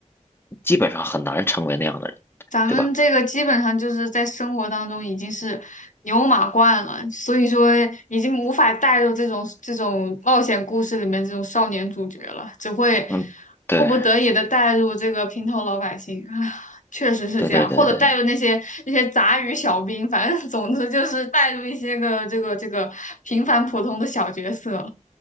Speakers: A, on the left; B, on the left.
A: 基本上很难成为那样的人，
B: 咱们这个基本上就是在生活当中已经是牛马惯了，
A: 对吧？
B: 所以说已经无法带入这种这种冒险故事里面这种少年主角了，只会
A: 嗯，对
B: 迫不得已的带入这个平头老百姓啊，确实是这样，
A: 对对对对
B: 或者带入那些那些杂鱼小兵，反正总之就是带入一些个这个这个平凡普通的小角色。